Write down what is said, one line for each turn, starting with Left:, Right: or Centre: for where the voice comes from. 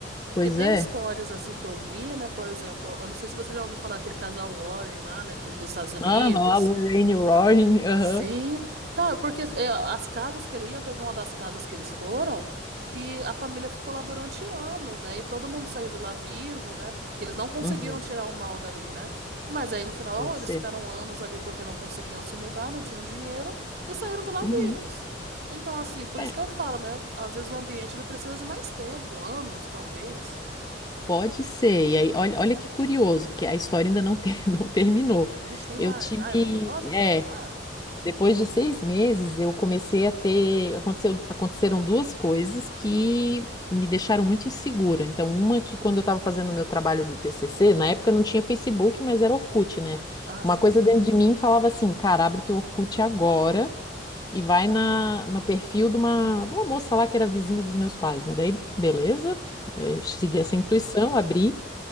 Left: Pois
Right: Porque tem
Left: é.
Right: histórias assim que eu vi, né? Por exemplo, eu não sei se você já ouviu falar aquele casal Warren lá, né? Que dos Estados Unidos.
Left: Aham, a Lorraine Warren. Aham.
Right: Sim, cara, porque é, as casas que ele ia, teve uma das casas que eles foram, que a família ficou lá durante anos, né? E todo mundo saiu de lá vivo, né? Porque eles não conseguiram
Left: Uhum,
Right: tirar o mal dali, né? Mas aí no final
Left: Pode
Right: eles
Left: ser.
Right: ficaram anos ali porque não conseguiam se mudar, não tinham dinheiro e saíram de lá
Left: Uhum.
Right: vivos. Então, assim, por
Left: É,
Right: isso que eu falo, né? Às vezes o ambiente ele precisa de mais tempo, anos, talvez.
Left: pode ser. E aí, olha, olha que curioso, porque a história ainda não, ter, <laughs> não terminou.
Right: Gente, tem
Left: Eu
Right: mais.
Left: tive,
Right: Ah, eu tô curiosa, pode
Left: é,
Right: falar?
Left: Depois de seis meses, eu comecei a ter. Aconteceu, aconteceram duas coisas que me deixaram muito insegura. Então, uma que quando
Right: Hum.
Left: eu estava fazendo o meu trabalho do TCC, na época não tinha Facebook, mas era Orkut, né?
Right: Ah,
Left: Uma
Right: sim.
Left: coisa dentro de mim falava assim: cara, abre teu Orkut agora e vai na, no perfil de uma, de uma moça lá que era vizinha dos meus pais, né? Daí, beleza, eh, segui essa intuição, abri.